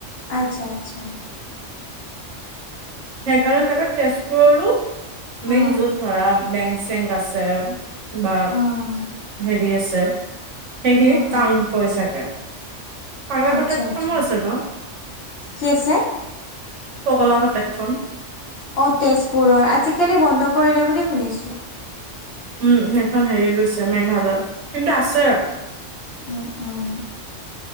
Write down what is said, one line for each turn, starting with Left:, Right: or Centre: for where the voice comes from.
Left: আচ্ছা আচ্ছা।
Right: সেইকাৰণে চাগে তেজপুৰৰো
Left: উম
Right: মেইন য'ত ধৰা বেংচেং আছে। বা
Left: উম
Right: হেৰি আছে সেইখিনিত
Left: উম
Right: টান
Left: উম
Right: হৈ চাগে। পংলা
Left: আচ্ছা
Right: ঘত কামো
Left: আচ্ছা
Right: আছে ন?
Left: কি আছে
Right: উপকলা শতকখন।
Left: অ' তেজপুৰৰ আজিকালি বন্ধ কৰিলে বুলি শুনিছো।
Right: উম সেইখন হেৰি গৈছে মেঘালত কিন্তু আছে।
Left: উম, উম।